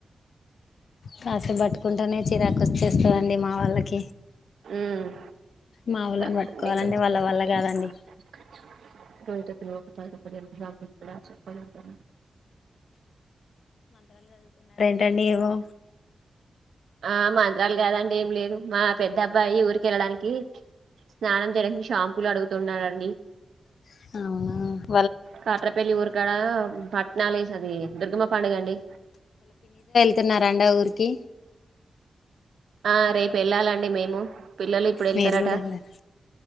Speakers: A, on the left; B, on the right.
A: కాసేప్ పట్టుకుంటూనే చీరాకు వచ్చేస్తాండి మా వాళ్ళకి
B: ఉమ్
A: మా వాళ్ళని
B: ఆ
A: పట్టుకోవాలంటే
B: మీకొకటీ
A: వాళ్ళ
B: చోపలండి
A: వల్ల కాదండి
B: <unintelligible> రోహిత పిల్లలకు పది రూపాయలు ఇయ్యాదుగా అది చొపాలనుకున్నాను
A: తనేమో
B: ఆ మంత్రాలు కాదండి ఏం లేదు మా పెద్ద అబ్బాయి ఊరికి వెళ్ళడానికి స్నానం చేయడానికి షాంపులు అడుగుతున్నాడండి
A: ఉమ్
B: కాట్రపల్లి ఊరుకాడ పట్నాలేస్ అది దుర్గమ్మ పండుగ అండి
A: స్తున్నరండి ఆ ఊరికి
B: ఆ రేపు వెళ్ళాలండి మేము పిల్లలు ఇప్పుడు వెళ్తారట
A: మీరు కూడా వెళ్ళారా